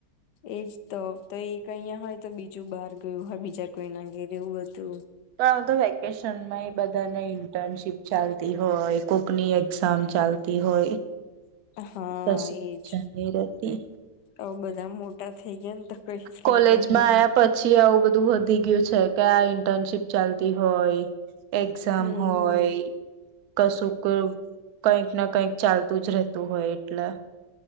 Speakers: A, on the left (about 80°); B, on the right (about 65°).
A: એજ તો, તો એક અહીંયા હોય તો બીજું બહાર ગયું હોય, બીજા કોઈ ના ઘેરે એવું બધું
B: પણ આ તો વેકેશનમાં એ બધાને ઇન્ટર્નશીપ ચાલતી હોય, કોકની એક્ઝામ ચાલ તી હોય.
A: હા
B: કશું
A: એજ,
B: જાની રહેતી
A: અવ બધા મોટા થઈ ગયા તો કઈ ફ્રી
B: કોલેજમાં
A: નહી
B: આયા પછી આવું બધું વધી ગયું છે, કે આ ઇન્ટર્નશીપ ચાલતી હોય એક્ઝામ
A: હમ
B: હોય કશુંક, કઈક ને કઈક ચાલતું જ રહેતું હોય, એટલે